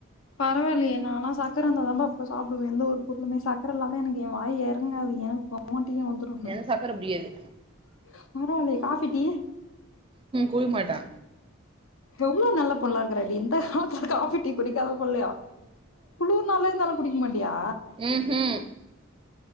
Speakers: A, on the left; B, on the right.
A: பரவாயில்லையே நா ஆனா சக்கர <unintelligible> சாப் எந்த ஒரு பொருளுமே சக்கரயில்லாம எனக்கு வாய்ல எறங்காது <unintelligible> <unintelligible> வந்துரும் <unintelligible>
B: எனக்கு சக்கர புடிக்காது
A: வர காபி டீ
B: உ உ <unintelligible> மாட்டே
A: எவ்ளோ நல்ல புள்ள இக்குரடி இந்த காலத்து காஃபி டீ குடிக்காத புள்ளயா குளிர்காலோ இருந்தாலு குடிக்க மாட்டியா
B: ம் ஹும்